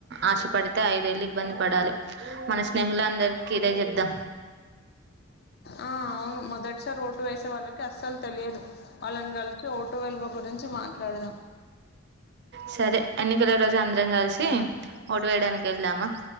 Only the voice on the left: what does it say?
ఆ అవును మొదటిసారి ఓటు వేసే వాళ్ళకి అస్సలు తెలియదు వాళ్ళని కలిసి ఓటో విల్వ గురించి మాట్లాడదాం